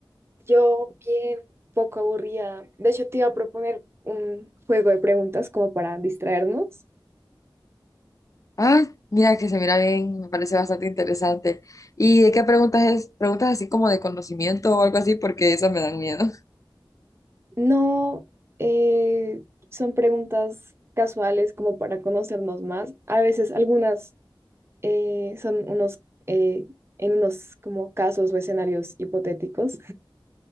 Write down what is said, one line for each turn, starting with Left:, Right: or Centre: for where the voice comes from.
Right: yo bien, poco aburrida. De hecho, te iba a proponer un juego de preguntas como para distraernos.
Left: Ah, mira que se mira bien, me parece bastante interesante. ¿Y de qué preguntas es? ¿Preguntas así como de conocimiento o algo así? Porque esas me dan miedo.
Right: No, eh, son preguntas casuales como para conocernos más. A veces algunas eh, son unos, eh, en unos como casos o escenarios hipotéticos.